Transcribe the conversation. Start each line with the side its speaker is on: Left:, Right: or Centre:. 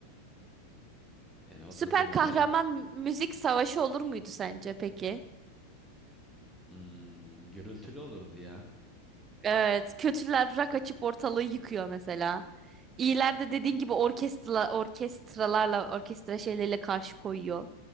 Centre: yani o
Right: Süper
Centre: tarz olabilir
Right: kahraman
Centre: ya da
Right: müzik savaşı olur muydu sence peki?
Centre: hmm, gürültülü olurdu ya.
Right: Evet, kötüler rak açıp ortalığı yıkıyor mesela. İyiler de dediğin gibi orkestra orkestralarla orkestra şeyleriyle karşı koyuyor.